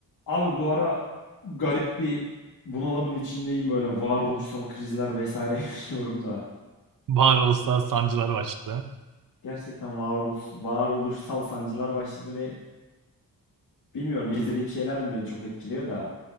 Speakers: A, on the left; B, on the right.
A: Abi bu ara garip bir bunalımın içindeyim böyle varoluşsal krizler vesaire <laughs> yaşıyorum da.
B: Bağır Uluslararası Sancılar başladı.
A: Gerçekten varoluş, varoluşsal sancılar başladı ve bilmiyorum izlediğim şeyler mi beni çok etkiliyor da.